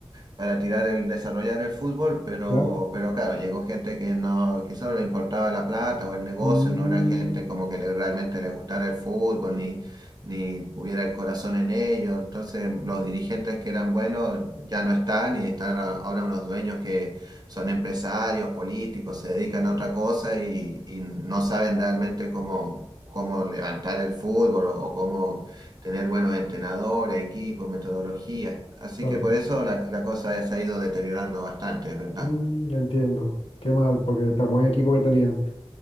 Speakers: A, on the right (about 40°); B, on the left (about 65°).
A: para tirar el, desarrollar el fútbol, pero,
B: ya.
A: pero claro, llegó gente que no, que solo le importaba la plata o el negocio,
B: Mm,
A: no era gente como que le- realmente le gustara el fútbol, ni, ni tuviera el corazón en ello. Entonces, los dirigentes que eran buenos ya no están y están a- ahora unos dueños que son empresarios, políticos, se dedican a otra cosa y, y no saben realmente cómo, cómo levantar el fútbol o, o cómo tener buenos entrenadores, equipos, metodología. Así
B: claro.
A: que por eso la, la cosa se ha ido deteriorando bastante, es verdad.
B: Mm, entiendo. Qué mal, porque tan buen equipo que tenían.